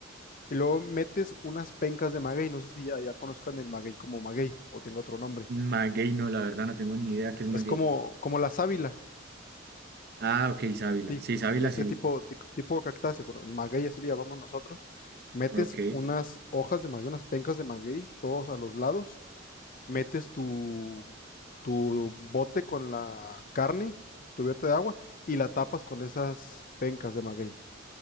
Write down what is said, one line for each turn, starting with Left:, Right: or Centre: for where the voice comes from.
Left: y luego metes unas pencas de maguey. No sé si ya, ya conozcan el maguey como maguey o tenga otro nombre.
Right: Maguey, no, la verdad, no tengo ni idea qué es maguey.
Left: Es como, como la sábila,
Right: Ah, ok, Sábila.
Left: sí,
Right: Sí,
Left: es
Right: Sábila,
Left: de este
Right: sí.
Left: tipo, ti- tipo de cactácea, pero el maguey así le llamamos nosotros. Metes
Right: Ok,
Left: unas hojas de maguey, unas pencas de maguey, todos a los lados. Metes tu, tu bote con la carne cubierta de agua y la tapas con esas pencas de maguey.